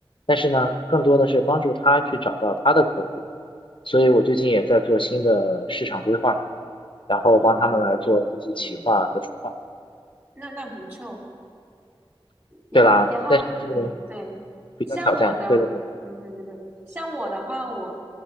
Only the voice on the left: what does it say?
但是呢，更多的是帮助他去找到他的客户，所以我最近也在做新的市场规划，然后帮他们来做这些企划和策划。
对啦，但是
比较挑战。
对对对，